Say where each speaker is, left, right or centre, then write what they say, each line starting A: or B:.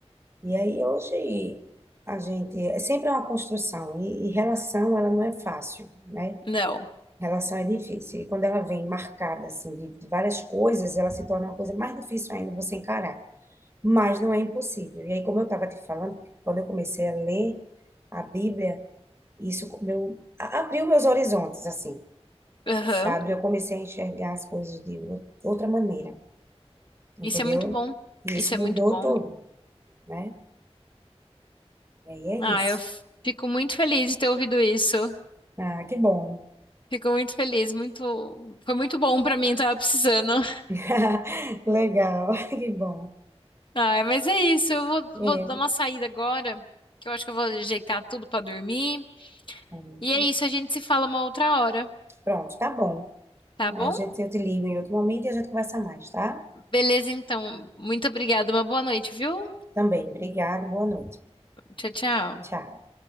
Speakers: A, on the right (about 25°); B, on the left (about 50°).
A: E aí hoje a gente é sempre é uma construção e, e relação ela não é fácil, né?
B: Não.
A: Relação é difícil e quando ela vem marcada assim de, de várias coisas, ela se torna uma coisa mais difícil ainda você encarar. Mas não é impossível. E aí como eu estava te falando, quando eu comecei a ler a Bíblia, isso co- meu a- abriu meus horizontes assim,
B: Aham.
A: sabe? Eu comecei a enxergar as coisas de ou- outra maneira, entendeu?
B: Isso é muito bom.
A: E
B: Isso
A: isso
B: é
A: mudou
B: muito bom.
A: tudo, né? E aí é
B: Ah,
A: isso.
B: eu f- fico muito feliz de ter ouvido isso.
A: Ah, que bom.
B: Fico muito feliz, muito, foi muito bom pra mim, tava precisando. <laughs>
A: <laughs> Legal, <laughs> que bom.
B: Ah, mas é isso, eu vou,
A: É,
B: vou dar uma saída agora, que eu acho que eu vou ajeitar tudo pra dormir.
A: hum,
B: E é isso, a gente se fala uma outra hora,
A: pronto, tá bom.
B: tá bom?
A: A gente, eu te ligo em outro momento e a gente conversa mais, tá?
B: Beleza, então. Muito obrigada, uma boa noite, viu?
A: Também. Obrigada, boa noite.
B: Tchau, tchau.
A: Tchau.